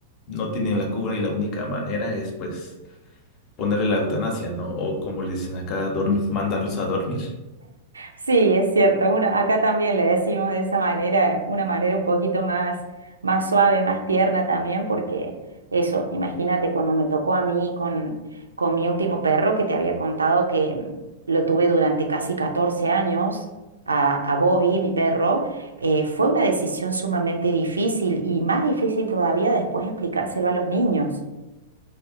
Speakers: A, on the left; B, on the right.
A: no tienen la cura y la única manera es pues ponerle la eutanasia, ¿no? O como le dicen acá, dormir, mandarlos a dormir.
B: Sí, es cierto. Uno, acá también le decimos de esa manera, una manera un poquito más, más suave, más tierna también, porque eso, imagínate cuando me tocó a mí con, con mi último perro que te había contado que mm, lo tuve durante casi 14 años. A, a Bobby, mi perro, eh, fue una decisión sumamente difícil y más difícil todavía después explicárselo a los niños.